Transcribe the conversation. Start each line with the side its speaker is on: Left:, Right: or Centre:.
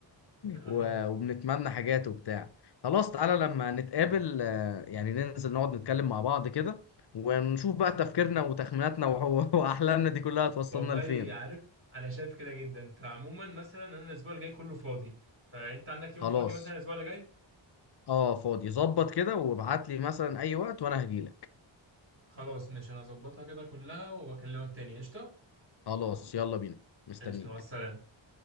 Right: <laughs> اه
Left: و... وبنتمنى حاجات وبتاع خلاص تعالى لما نتقابل آه، يعني ننزل نقعد نتكلم مع بعض كده ونشوف بقى تفكيرنا وتخميناتنا وهو- <laughs> واحلامنا دي كلها توصلنا
Right: والله
Left: لفين
Right: عارف انا شايف كده جدا فعموما مثلا انا الاسبوع اللي جاي كله فاضي فانت عندك يوم
Left: خلاص
Right: فاضي مثلا الاسبوع اللي جاي
Left: اه فاضي ظبط كده وابعت لي مثلا اي وقت وانا هجيلك
Right: خلاص ماشي انا هظبطها كده كلها وبكلمك تاني قشطة
Left: خلاص يلا بينا مستنيك
Right: قشطة مع السلامة